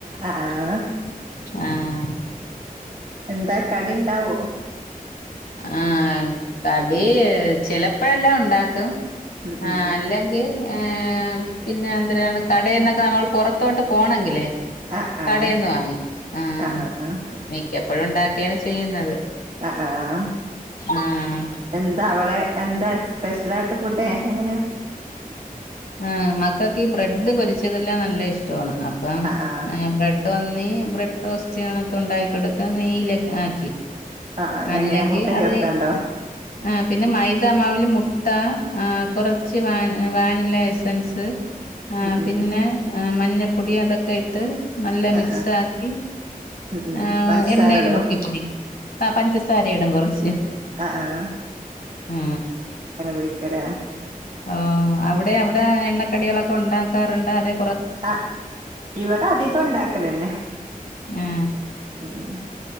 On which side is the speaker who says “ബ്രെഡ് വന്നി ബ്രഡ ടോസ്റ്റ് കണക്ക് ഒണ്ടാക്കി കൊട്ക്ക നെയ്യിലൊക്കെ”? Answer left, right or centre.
Left